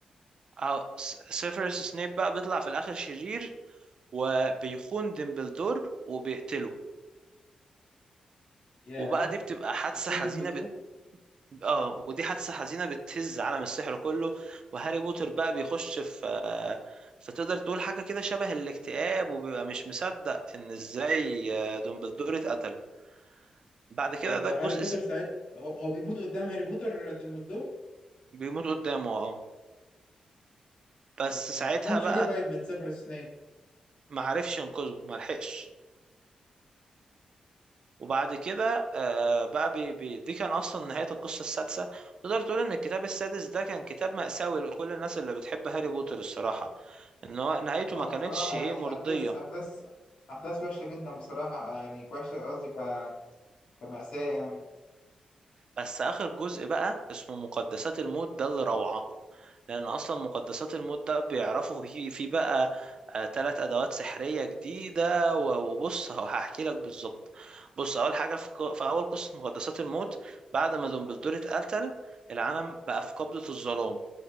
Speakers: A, on the right; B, on the left.
A: آه، س- سيفيروس سناب بقى بيطلع في الاخر شرير وبيخون ديمبلدور وبيقتله
B: ياه
A: وبقى دي بتبقى حادثه
B: بيكون
A: حزينه
B: ديمبلدور
A: بت... اه ودي حادثه حزينه بتهز عالم السحر كله وهاري بوتر بقى بيخش في آه، فتقدر تقول حاجه كده شبه الاكتئاب وبيبقى مش مصدق ان ازاي آه، ديمبلدور اتقتل بعد كده
B: طب
A: ده
B: هاري
A: الجزء
B: بوتر
A: س-
B: ساعتها هو هو بيموت قدام هاري بوتر ديمبلدور
A: بيموت قدامه اه بس
B: و-
A: ساعتها
B: ما انتقمش
A: بقى
B: ليه طيب من سيفيروس سنيب
A: ما عرفش ينقذه ما لحقش وبعد كده آه بقى بي بي دي كان اصلا نهاية القصة السادسة تقدر تقول ان الكتاب السادس ده كان كتاب مأساوي لكل الناس اللي بتحب هاري بوتر الصراحة ان هو نهايته
B: اه
A: ما كانتش
B: بصراحة
A: ايه
B: يعني
A: مرضية
B: أحداث أحداث أحداث وحشة جدا بصراحة يعني وحشة قصدي ك... كمأساة يعني
A: بس اخر جزء بقى اسمه مقدسات الموت ده اللي روعة لأن أصلا مقدسات الموت ده بيعرفوا في في بقى آه، تلات أدوات سحرية جديدة و- وبص ه- هحكي لك بالظبط بص أول حاجة في, ق- في أول قصة مقدسات الموت بعد ما دومبلدور اتقتل العالم بقى في قبضة الظلام